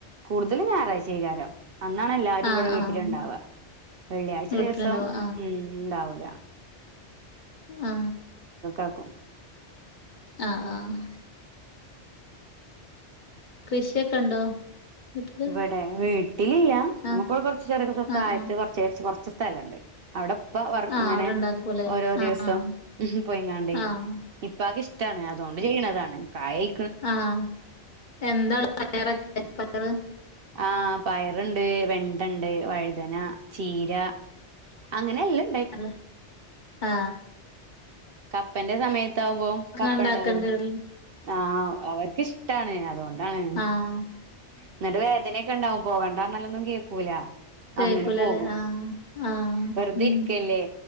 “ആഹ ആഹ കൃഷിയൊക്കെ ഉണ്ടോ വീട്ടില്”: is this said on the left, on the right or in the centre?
Left